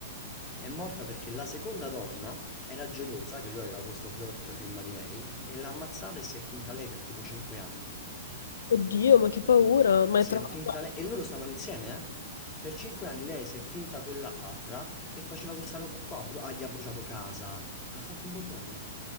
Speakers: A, on the left; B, on the left.
A: È morta perché la seconda donna era gelosa che lui aveva questo flirt prima di lei e l'ha ammazzata e si è finta lei per tipo 5 anni.
B: Oddio, ma che paura! Ma
A: Si
B: è tratto,
A: è finta lei. E loro stavano insieme, eh? Per cinque anni lei si è finta quell'altra e faceva questa roba qua. bru- ah, gli ha bruciato casa. Ha fatto un bordello.